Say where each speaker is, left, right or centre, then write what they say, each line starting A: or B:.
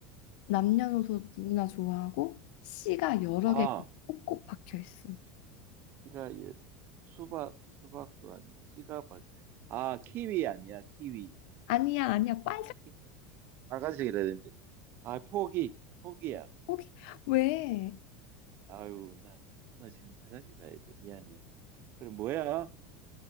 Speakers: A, on the left (about 65°); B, on the right (about 45°).
A: 남녀노소 누구나 좋아하고, 씨가 여러
B: 아,
A: 개 꼭꼭 박혀 있어.
B: 씨가, 예, 수박, 수박도 아닌, 씨가, 박 아, 키위 아니야, 키위.
A: 아니야, 아니야. 빨간색.
B: 키위. 빨간색이라 되는데. 아, 포기, 포기야.
A: 거기 왜?
B: 아유, 나, 나 지금 화장실 가야 돼. 미안해. 그럼 뭐야?